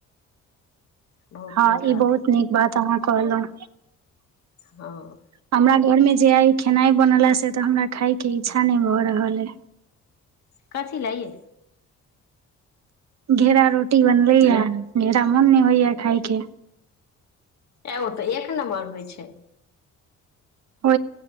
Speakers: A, on the left (about 65°); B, on the right (about 60°).
A: बहुत
B: हँ
A: नीक रहतै
B: ई बहुत नीक बात अहाँ कहलहुँं
A: हँ
B: हमरा घरमे जे आइ खेनाइ बनेलास से तऽ हमरा खायके इच्छा नहि भऽ रहल हइ
A: कथी लए ये
B: घेरा रोटी बनलैया घेरा मोन नहि होइया खायके
A: ए ओ तऽ एक नम्बर होइ छै
B: हो